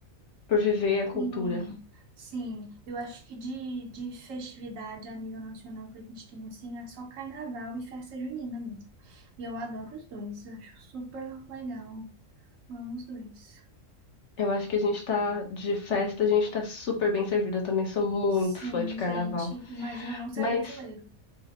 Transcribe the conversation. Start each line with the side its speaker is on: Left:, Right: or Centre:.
Left: por viver a cultura.
Right: Sim, sim. Eu acho que de, de festividade a nível nacional que a gente tem, assim, é só carnaval e festa junina mesmo. E eu adoro os dois, acho super legal. Amo os dois.
Left: Eu acho que a gente tá de festa, a gente tá super bem servido. Eu também sou muito
Right: Sim,
Left: fã de carnaval.
Right: gente, imagina não ser
Left: Mas,
Right: brasileiro.